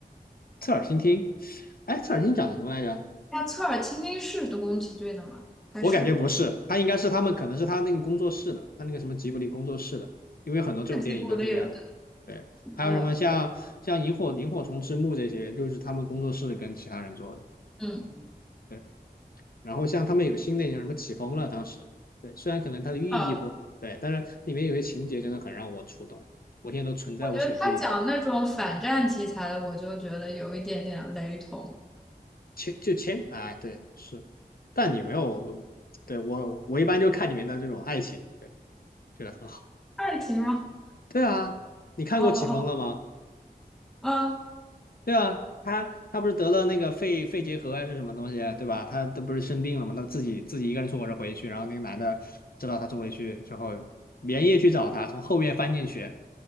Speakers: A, on the left; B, in the centre.
A: 侧耳倾听，哎，侧耳倾听讲的什么来着？
B: 那侧耳倾听是德国宫崎骏的吗？还是
A: 我感觉不是，他应该是他们可能是他那个工作室的，他那个什么吉卜力工作室的，因为很多这种电影都是这样。
B: 是吉卜力的，对，
A: 对，还有什么像像萤火萤火虫之墓这些，
B: 哦，
A: 就是他们工作室跟其他人做的。
B: 嗯
A: 对，然后像他们有个新的叫什么起风了，当时对，虽然可能它的寓意不对，
B: 呃，
A: 但是里面有些情节真的很让我触动，我现在都存在我手机里。
B: 我觉得他讲那种反战题材的，我就觉得有一点点雷同。
A: 前就前哎，对是，但你没有对我我一般就看里面的这种爱情，对，觉得很好。
B: 爱情吗？
A: 对啊，你看过起风了吗？
B: 哦哦哦，
A: 对啊，他他不是得了那个肺肺结核还是什么东西，对吧？他都不是生病了嘛，他自己自己一个人坐火车回去，然后那个男的知道他坐回去之后，连夜去找他，从后院翻进去，